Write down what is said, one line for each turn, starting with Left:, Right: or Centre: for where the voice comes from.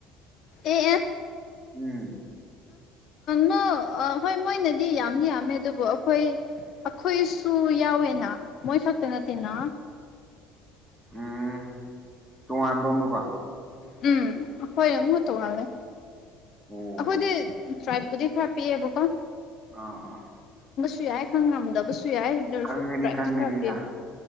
Left: ꯑꯦ
Centre: ꯎꯝ
Left: ꯅ ꯍꯣꯏ ꯃꯣꯏꯅꯗꯤ ꯌꯥꯝꯗꯤ ꯌꯥꯝꯃꯦ ꯑꯗꯨꯕꯨ ꯑꯩꯈꯣꯏ ꯑꯩꯈꯣꯏꯁꯨ ꯌꯥꯎꯋꯦꯅ ꯃꯣꯏ ꯈꯛꯇ ꯅꯠꯇꯦꯅ
Centre: ꯎꯝ ꯇꯣꯉꯥꯟꯕ ꯑꯃꯨꯀ
Left: ꯎꯝ ꯍꯣꯏ ꯑꯃ ꯇ ꯃꯥꯂꯦ
Centre: ꯑꯣ
Left: ꯑꯩꯈꯣꯏꯗꯤ ꯁ꯭ꯥꯏꯕꯨꯗꯤ ꯈꯔ ꯄꯤꯌꯦꯕ ꯀꯣ
Centre: ꯑꯥ ꯑꯥ
Left: ꯁꯨ ꯌꯥꯏ ꯈꯪꯉꯝꯗꯕꯁꯨ ꯌꯥꯏꯁꯨ
Centre: ꯈꯪꯒꯅꯤ
Left: ꯄ꯭ꯔꯛꯇꯤꯔꯛꯀꯦ
Centre: ꯈꯪꯒꯅꯤꯗ